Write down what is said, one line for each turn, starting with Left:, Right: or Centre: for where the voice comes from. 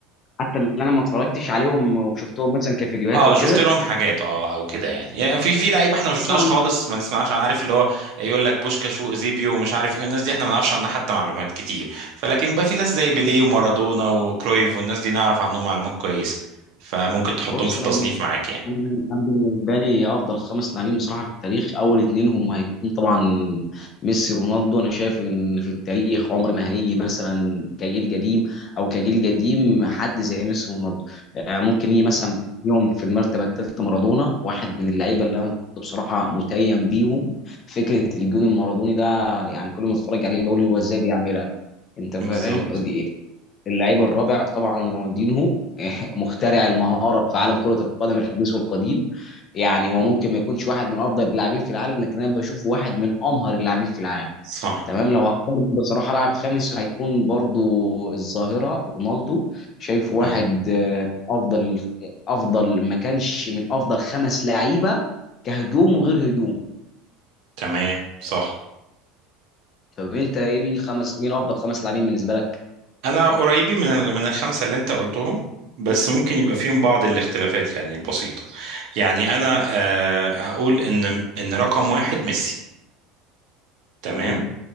Left: حتى اللي انا ما اتفرجتش عليهم وشفتهم مثلا كفيديوهات
Right: اه
Left: او كده
Right: شفت لهم حاجات اه او كده يعني يعني في في لعيبه احنا ما شفناش
Left: طبعا
Right: خالص ما نسمعش أنا عارف اللي هو يقول لك بوشكاش واوزيبيو ومش عارف ايه الناس دي احنا ما نعرفش عنها حتى معلومات كتير فلكن بقى في ناس زي بيليه ومارادونا وكرويف والناس دي نعرف عنهم معلومات كويسه فممكن تحطهم
Left: بص
Right: في التصنيف
Left: انا بن-
Right: معاك يعني
Left: انا بن- انا بالنسبه لي افضل خمس لاعبين بصراحه في التاريخ اول اتنين هم هيكون طبعا ميسي ورونالدو انا شايف ان في التاريخ عمر ما هيجي مثلا كجيل قديم او كجيل قديم حد زي ميسي ورونالدو آه، ممكن يجي مثلا يوم في المرتبه الثالثه مارادونا واحد من اللعيبه اللي انا كنت بصراحه متيم بيهم فكره الجون المارادوني ده يعني كل ما اتفرج عليه بقول له
Right: تمام
Left: هو ازاي بيعملها انت فاهم
Right: بالظبط
Left: دي- اللعيب الرابع طبعا رونالدينهو <laughs> مخترع المهاره في
Right: مم.
Left: عالم كره القدم الحديث والقديم يعني هو ممكن ما يكونش واحد من افضل اللاعبين في العالم لكن انا بشوف واحد من امهر اللاعبين في العالم
Right: صح
Left: تمام لو هختار بصراحه لاعب خامس هيكون برضو الظاهره رونالدو شايف واحد
Right: تمام
Left: آه، افضل افضل ما كانش من افضل خمس لعيبه كهجوم وغير هجوم
Right: تمام صح
Left: طب انت ايه مين خمس مين افضل خمس لاعبين بالنسبه لك
Right: انا قريبين من ال- من الخمسه اللي انت قلتهم بس ممكن يبقى فيهم بعض الاختلافات يعني البسيطه يعني انا آه، اقول ان ان رقم واحد ميسي تمام
Left: تمام